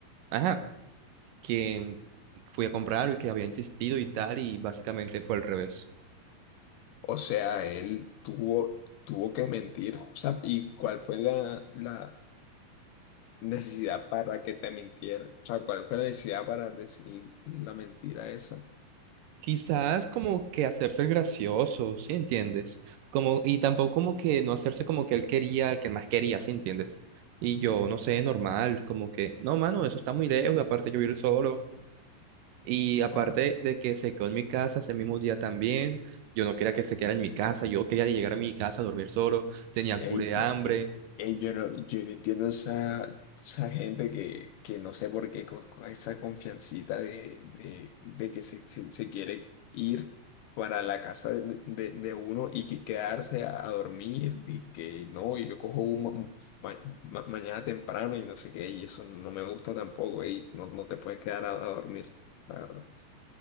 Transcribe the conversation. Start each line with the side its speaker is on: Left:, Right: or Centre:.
Right: Ajá que fui a comprarlo y que había insistido y tal, y básicamente fue al revés.
Left: O sea, él tuvo, tuvo que mentir. O sea, ¿y cuál fue la, la necesidad para que te mintiera? O sea, ¿cuál fue la necesidad para decir la mentira esa?
Right: Quizás como que hacerse el gracioso, ¿sí entiendes? Como, y tampoco como que no hacerse como que él quería, el que más quería, ¿sí entiendes? Y yo, no sé, normal, como que, no, mano, eso está muy lejos, y aparte yo ir solo, y
Left: Ojalá.
Right: aparte de que se quedó en mi casa ese mismo día también, yo no quería que se quedara en mi casa, yo quería llegar a mi casa a dormir solo, tenía
Left: Ey,
Right: cura de hambre,
Left: ey, ey, yo no, yo no entiendo esa, esa gente que, que no sé por qué, con, con esa confiancita de, de, de que se, se, se quiere ir para la casa de, de, de uno y que quedarse a, dormir y que no, y yo cojo un ma- ma- mañana temprano y no sé qué, y eso no me gusta tampoco, ey, no, no te puedes quedar a, a dormir, la verdad.